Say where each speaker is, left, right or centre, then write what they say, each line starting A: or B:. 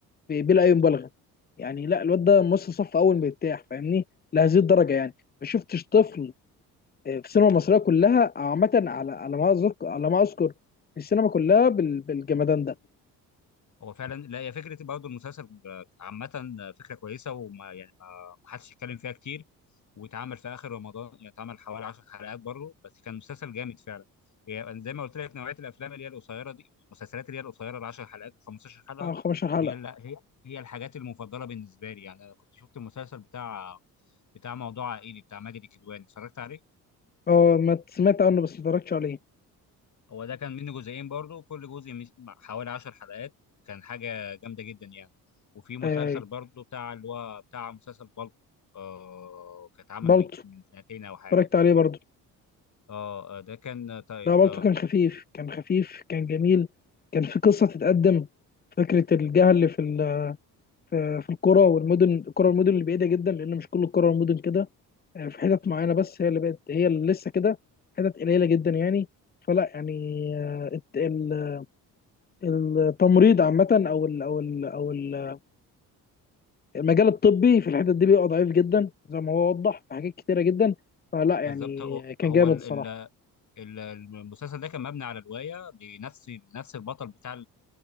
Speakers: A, on the left; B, on the left.
A: ب- بلا اي مبالغه يعني لا الواد ده ممثل صف اول مرتاح فاهمني لهذه الدرجه يعني ما شفتش طفل آه، في السينما المصريه كلها عامه على على ما اذكر على ما اذكر في السينما كلها بال- بالجمدان ده
B: هو فعلا لا هي فكره برضه المسلسل آه، عامه آه، فكره كويسه وما يعني ما ما حدش يتكلم فيها كتير واتعمل في اخر رمضان يعني اتعمل حوالي 10 حلقات برضه بس كان مسلسل جامد فعلا يعني زي ما قلت لك نوعيه الافلام اللي هي القصيره دي المسلسلات اللي هي القصيره ال 10 حلقات و15 حلقه
A: آه، 15 حلقه
B: هي ال- هي هي الحاجات المفضله بالنسبه لي يعني انا كنت شفت المسلسل بتاع بتاع موضوع عائلي بتاع ماجد الكدواني اتفرجت عليه
A: اه ما سمعت عنه بس ما اتفرجتش عليه
B: هو ده كان منه جزئين برضو كل جزء مس- حوالي عشر حلقات كان حاجة جامدة جدا يعني وفي مسلسل
A: آه،
B: برضو بتاع اللي هو بتاع مسلسل بالك آه كان اتعمل
A: برضه
B: من من سنتين أو حاجة
A: اتفرجت عليه برضه
B: اه آه، ده كان تا- انت
A: لا بالطو كان خفيف كان خفيف كان جميل كان في قصة تتقدم فكرة الجهل في ال- في في القرى والمدن القرى والمدن اللي بعيدة جدا لأن مش كل القرى والمدن كده آه، في حتت معينة بس هي اللي بقت هي اللي لسه كده حتت قليلة جدا يعني فلا يعني آه، الت- ال- التمريض عامة أو ال أو ال أو ال- المجال الطبي في الحتت دي بيبقى ضعيف جدا زي ما هو وضح في حاجات كتيرة جدا فلا يعني
B: بالظبط هو
A: كان
B: هو
A: جامد
B: ال-
A: الصراحة
B: ال- ال- المسلسل ده كان مبني على رواية لنفس نفس البطل بتاع